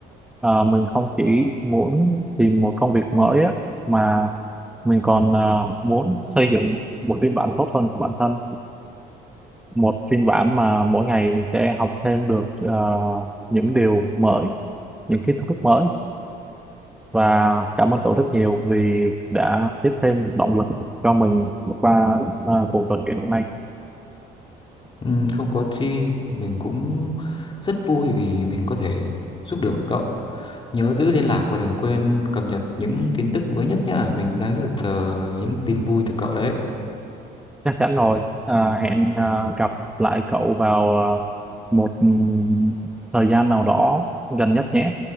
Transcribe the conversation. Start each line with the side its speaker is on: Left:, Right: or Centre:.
Centre: à, mình không chỉ muốn tìm một công việc mới á, mà mình còn à, muốn xây dựng một phiên bản tốt hơn của bản thân một phiên bản mà mỗi ngày mình sẽ học thêm được à, những điều mới những kiến thức mới và cảm ơn cậu rất nhiều vì đã tiếp thêm động lực cho mình qua à, cuộc trò chuyện hôm nay.
Left: Ừm, không có chi, mình cũng rất vui vì mình có thể giúp được cậu. Nhớ giữ liên lạc và đừng quên cập nhật những tin tức mới nhất nhá Mình đang rất là chờ những tin vui từ cậu đấy.
Centre: Chắc chắn rồi, à, hẹn à, gặp lại cậu vào à, một ừ, thời gian nào đó gần nhất nhé.